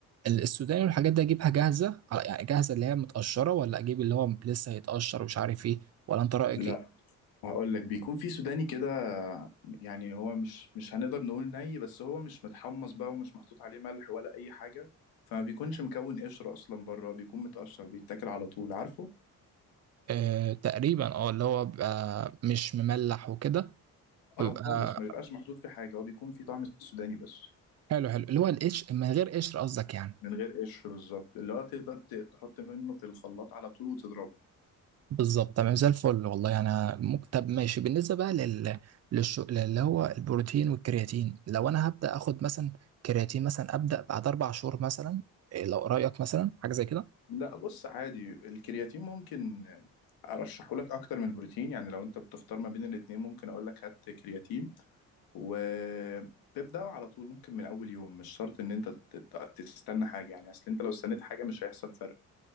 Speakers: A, on the right (about 45°); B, on the left (about 80°).
A: ال- السوداني والحاجات دي اجيبها جاهزه على يعني جاهزه اللي هي متقشره ولا اجيب اللي هو لسه هيتقشر ومش عارف ايه ولا انت رايك
B: لا
A: ايه
B: هقول لك بيكون في سوداني كده يعني هو مش مش هنقدر نقول ني بس هو مش متحمص بقى ومش محطوط عليه ملح ولا اي حاجة فما بيكونش مكون قشر اصلا بره بيكون متقشر بيتاكل على طول عارفه
A: آه تقريبا اه اللي هو بيبقى مش مملح وكده
B: اه
A: ويبقى
B: خالص ما بيبقاش محطوط في حاجة هو بيكون في طعم السوداني بس
A: حلو حلو اللي هو القشر من غير قشر قصدك يعني
B: من غير قشر بالظبط اللي هو تقدر ت- تحط منه في الخلاط على طول وتضربه
A: بالظبط تمام زي الفل والله انا مك- طب ماشي بالنسبه بقى لل للش... اللي هو البروتين والكرياتين لو انا هبدا اخد مثلا كرياتين مثلا ابدا بعد اربع شهور مثلا إيه لو رايك مثلا حاجه زي كده
B: لا بص عادي الكرياتين ممكن ارشحه لك اكتر من البروتين يعني لو انت بتختار ما بين الاتنين ممكن اقول لك هات كرياتين وتبدأ على طول ممكن من اول يوم مش شرط ان انت تت- تستنى حاجة يعني اصل انت لو استنيت حاجة مش هيحصل فرق